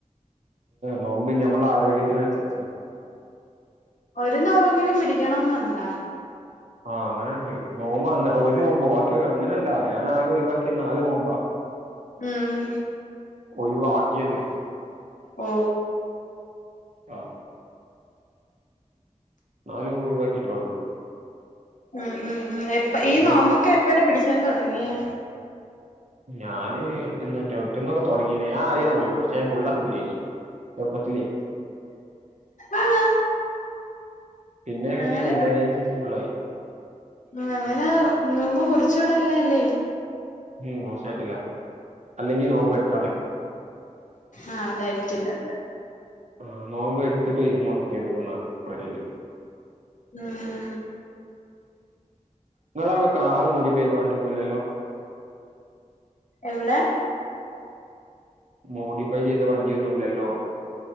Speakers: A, on the right (about 60°); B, on the left (about 70°).
A: നോമ്പ് ഞമ്മളെ ആരോഗ്യത്തിന് അൻസരിച്ച
B: ഒരു നോമ്പേങ്കിലും പിടിക്കണന്നുണ്ടോ
A: ആ അങ്ങനെ ഇണ്ട് നോമ്പോ അങ്ങ ഒരു നോമ്പോ ബാക്കി അങ്ങനെല്ല ഞാനാകെ ഒഴിവാക്കിയത് നാല് നോമ്പാ
B: ഉം
A: ഒഴിവാക്കിയത്
B: ഓ
A: ആഹ് നാലു നോമ്പ് ഒഴിവാക്കിയിട്ടൊള്ളു
B: ഉം ഉം ഉം എപ്പ
A: നോമ്പ്
B: ഈ നോമ്പൊക്കെ
A: ഒരി-
B: എപ്പഴാ പിടിക്കാൻ തൊടങ്ങിയെ
A: ഞാന് എട്ട്ന്നറ്റെ എട്ട്ന്നൊക്കെ തൊട്ങ്ങീണ് ഞാ ആദ്യയെ നോൽക്കും പക്ഷെ ഫുള്ളാകുല്ലെനി ചെർപ്പത്തിലേ
B: ആണോ
A: പിന്നെ പിന്നെ
B: അങ്ങനെ
A: വൽതായതിന് അൻസരിച്ച് ഫുള്ളായി
B: ഉം അങ്ങനെ നോമ്പ് മുറിചൂടാല്ലാല്ലൈ
A: ഉം മുർചാം പറ്റൂല അല്ലെങ്കി നോമ്പ് എടുക്കാതൊ
B: ആഹ് അതായിരികും നല്ല
A: ആ നോമ്പ് എടുത്തിട്ട് മുറിക്കരുത് ന്നാ പറയല്
B: ആഹ്
A: ഇങ്ങളവ്ടെ കാറ് മോഡിഫൈയ്ത വണ്ടിയൊന്നു ഇല്ലല്ലോ
B: എവിടെ
A: മോഡിഫൈ ചെയ്ത വണ്ടിയൊന്നു ഇല്ലല്ലോ